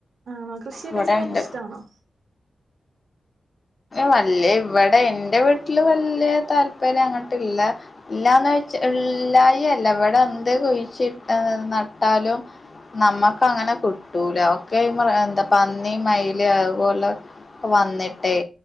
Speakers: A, on the right; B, on the left.
A: ആണോ കൃഷിയൊക്കെ
B: ഇവിടെ
A: ചെയ്യാൻ
B: ഉണ്ട്
A: ഇഷ്ടാണോ.
B: വല്ലിയ ഇവിടെ എന്റെ വീട്ടില് വല്യ താല്പര്യം അങ്ങട്ടല്ല ഇല്ലാന്ന് വെച്ച ഇല്ലായി അല്ല ഇവിടെ എന്ത് കൊഴിച്ച നട്ടാലും നമ്മക്ക് അങ്ങനെ കിട്ടൂല. ഒക്കെ എന്താ പന്നി, മയില്, അതുപോലെ വന്നിട്ടേ.